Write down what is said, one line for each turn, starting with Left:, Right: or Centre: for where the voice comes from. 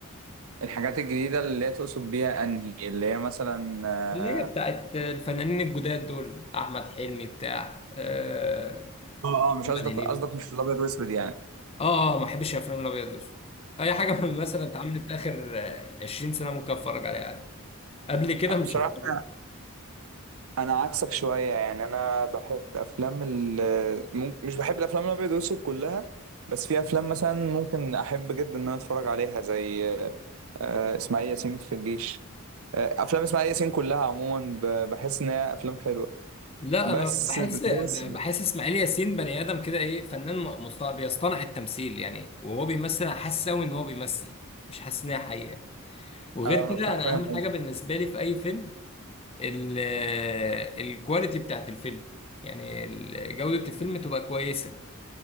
Right: الحاجات الجديده اللي هي تقصد بيها انهي اللي هي مثلا
Left: اللي هي بتاعت
Right: آه،
Left: الفنانين الجداد دول احمد حلمي بتاع آه،
Right: اه اه مش
Left: محمد
Right: قصدك
Left: هنيدي
Right: قصدك مش الابيض واسود يعني
Left: اه اه ما بحبش الافلام الابيض والاسود اي حاجه <laughs> من مثلا اتعملت اخر آه، 20 سنه ممكن اتفرج عليها عادي قبل كده
Right: اه
Left: مش
Right: بصراحه
Left: هتفرج
Right: انا أنا عكسك شويه يعني انا بحب الافلام ال- مم- مش بحب الافلام الابيض واسود كلها بس في افلام مثلا ممكن احب جدا ان انا اتفرج عليها زي آه، اسماعيل ياسين في الجيش آه، افلام اسماعيل ياسين كلها عموما ب- بحس انها افلام حلوه
Left: لا
Right: بس
Left: انا بحس
Right: ده
Left: ب-
Right: بس
Left: بحس اسماعيل ياسين بني ادم كده ايه فنان م- مصطنع بيصطنع التمثيل يعني وهو بيمثل انا حاسس قوي ان هو بيمثل مش حاسس ان هي حقيقه وغير
Right: اه
Left: كده
Right: ف-
Left: انا
Right: فاهم
Left: اهم
Right: قصدك
Left: حاجه بالنسبه لي في اي فيلم ال- آه، الكواليتي بتاعت الفيلم يعني ال- جوده الفيلم تبقى كويسه